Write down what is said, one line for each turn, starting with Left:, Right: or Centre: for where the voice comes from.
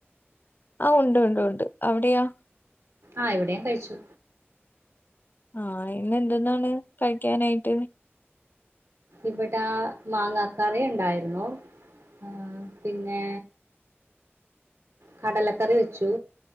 Left: ആഹ് ഉണ്ടുണ്ടുണ്ട് അവിടെയോ?
Right: ആഹ് ഇവിടെയും കഴിച്ചു.
Left: ആഹ് ഇന്ന് എന്തെന്നാണ് കഴിക്കാനായിട്ട്.
Right: ഇവിടെ മാങ്ങാ കറി ഉണ്ടായിരുന്നു. ആഹ് പിന്നെ കടലക്കറി വെച്ചു.